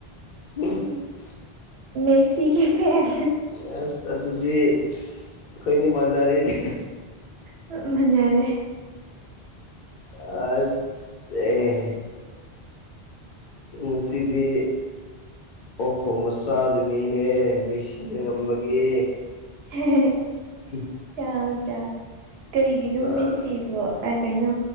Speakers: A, on the left (about 55°); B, on the right (about 85°).
A: <unintelligible>
B: ꯃꯦꯁꯤꯒꯤ ꯐꯦꯟ꯫
A: ꯌꯦꯁ ꯑꯗꯨꯗꯤ ꯑꯩꯈꯣꯏ ꯑꯅꯤ ꯃꯥꯟꯅꯔꯤꯅꯦ꯫
B: ꯆꯞ ꯃꯥꯟꯅꯔꯦ꯫
A: ꯑꯥꯁ꯫ <unintelligible> ꯉꯁꯤꯗꯤ ꯑꯣꯛ ꯊꯣꯡꯕ ꯆꯥꯗꯣꯏꯅꯤꯅꯦ ꯃꯦꯁꯤꯅ ꯉꯝꯕꯒꯤ꯫
B: <unintelligible>
A: <unintelligible>
B: ꯆꯥꯎ ꯆꯥꯎ ꯀꯩꯒꯤꯅꯣ
A: ꯆꯥꯛ
B: ꯃꯦꯁꯤꯕꯣ ꯑ ꯀꯩꯅꯣ